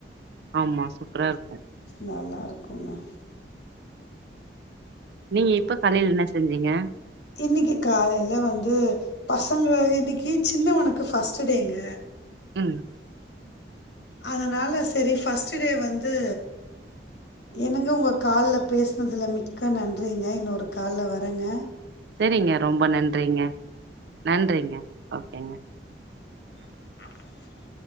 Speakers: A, on the right; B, on the left.
A: ஆமா சூப்பரா இருக்கும்
B: நல்லா இருக்குங்க
A: நீங்க இப்ப காலைல என்ன செஞ்சீங்க
B: இன்னைக்கு காலையில வந்து பசங்க இன்னக்கி சின்னவனுக்கு ஃபர்ஸ்ட்டு டேங்க
A: உம்
B: அதனால சரி ஃபர்ஸ்ட்டு டே வந்து என்னங்க உங்க கால்ல பேசுனதில மிக்க நன்றிங்க இன்னொரு கால்ல வரேங்க
A: சரிங்க ரொம்ப நன்றிங்க நன்றிங்க ஓகேங்க
B: <unintelligible>